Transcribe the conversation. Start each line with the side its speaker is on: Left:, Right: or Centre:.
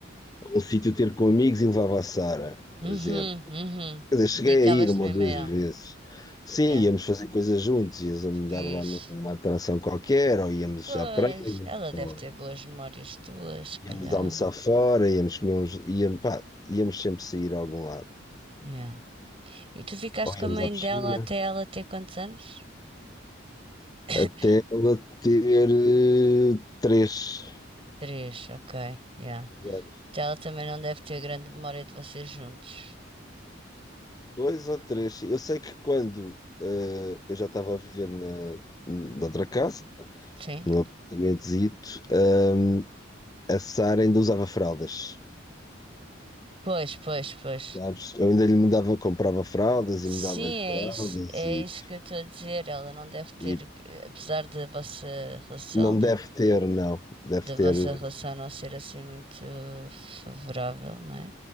Left: a um sítio ter com amigos e levava a Sara,
Right: uhum.
Left: por exemplo.
Right: uhum.
Left: Quer dizer, cheguei
Right: Dedicavas-te
Left: a ir uma
Right: mesmo
Left: ou duas
Right: a ela.
Left: vezes. Sim,
Right: Yeah.
Left: íamos fazer coisas juntos, íamos
Right: Fiz.
Left: dar lá numa atração qualquer, ou íamos
Right: Pois,
Left: à praia,
Right: ela deve
Left: ou
Right: ter boas memórias tuas, se calhar.
Left: íamos almoçar fora, íamos comer uns, íamos, pá, íamos sempre sair a algum lado.
Right: Yeah. E tu ficaste
Left: Ou
Right: com
Left: íamos
Right: a mãe
Left: à piscina,
Right: dela até ela ter quantos anos? <coughs>
Left: até ela ter eh, três
Right: Três, ok, yeah.
Left: anos.
Right: Então Ela também não deve ter grande memória de vocês juntos.
Left: Dois ou três. sim. Eu sei que quando eh, eu já estava a viver na, na outra casa,
Right: Sim?
Left: num apartamentozito, ehm, a Sara ainda usava fraldas.
Right: Pois, pois, pois.
Left: Sabes? Eu ainda lhe mudava, comprava fraldas
Right: Sim,
Left: e mudava-lhe
Right: é
Left: fraldas
Right: isso, é
Left: e,
Right: isso que eu estou a dizer. Ela não deve ter,
Left: e
Right: eh, apesar da vossa relação,
Left: não
Right: da,
Left: deve ter, não. Deve
Right: da
Left: ter.
Right: vossa relação não ser assim muito favorável, não é?